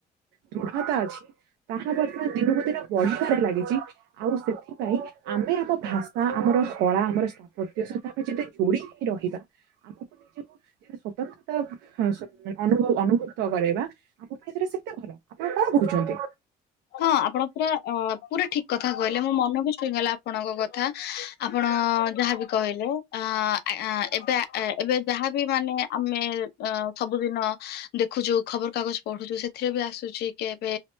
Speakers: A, on the right; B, on the left.
A: ଦୃଢତା ଅଛି। ତାହା ବର୍ତ୍ତମାନ ଦିନକୁ ଦିନ ବଢିବାରେ ଲାଗିଚି। ଆଉ ସେଥିପାଇଁ ଆମେ ଆମ ଭାଷା, ଆମର କଳା, ଆମର ସ୍ଥାପତ୍ୟ <unintelligible> ଆମେ ଯଦେ ଯୁଡି ହେଇ ରହିବା ଆମକୁ ନିଜେ <inaudible> <unintelligible> ତ ହଁ ଶୁ- ଅନୁଭ ଅନୁଭୂତ କରେଇବା ମୁଁ ବି ଏଥିରେ ସେତେ ଭଲ, ଆପଣ କଣ କହୁଛନ୍ତି?
B: ହଁ ଆପଣ ପୁରା ଅ ପୁରା ଠିକ୍ କଥା କହିଲେ ମୋ ମନ ବି ଛୁଇଁଗଲା ଆପଣଙ୍କ କଥା। ଆପଣ ଯାହାବି କହିଲେ। ଆ ଆଁ, ଆଁ, ଏବେ ଏବେ ଯାହାବି ମାନେ ଆମେ ଅ, ସବୁଦିନ ଦେଖୁଚୁ। ଖବରକାଗଜ ପଢୁଚୁ। ସେଥିରେ ବି ଆସୁଛି କି ଏବେ